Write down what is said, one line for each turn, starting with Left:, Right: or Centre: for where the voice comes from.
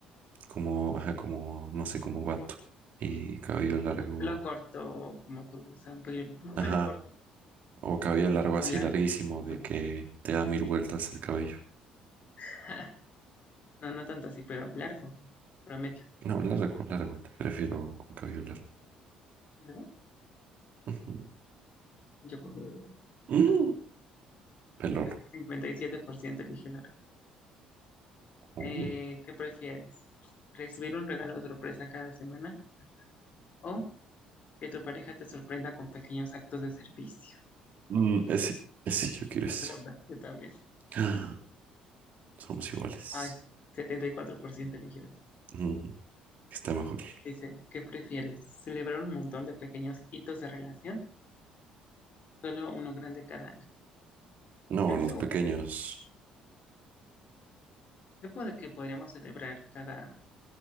Right: como, ajá, como, no sé, como vato y cabello largo,
Left: Pelo corto, como tú, o sea, un pelo, un
Right: ajá,
Left: pelo corto
Right: o cabello largo
Left: o
Right: así
Left: largo.
Right: larguísimo
Left: Ajá.
Right: de que te da mil vueltas el cabello.
Left: <laughs> No, no tanto así, pero largo. Promedio.
Right: No, largo, largo, te prefiero con cabello largo.
Left: ¿Largo?
Right: Ujú. <laughs>
Left: Yo creo.
Right: Mm,
Left: <laughs>
Right: pelón.
Left: cincuenta y siete por ciento eligió largo.
Right: Ujú.
Left: Eh, ¿qué prefieres? ¿Recibir un regalo sorpresa cada semana o que tu pareja te sorprenda con pequeños actos de servicio?
Right: Mm, ese, ese yo quiero
Left: La
Right: ese.
Left: segunda, yo también.
Right: Ah, Somos iguales.
Left: Ay, 74% eligió
Right: Ujú. Está mejor.
Left: Dice, ¿qué prefieres? ¿Celebrar un montón de pequeños hitos de relación? Solo uno grande cada año.
Right: No,
Left: Yo el
Right: los
Left: segundo.
Right: pequeños.
Left: Yo puedo que podríamos celebrar cada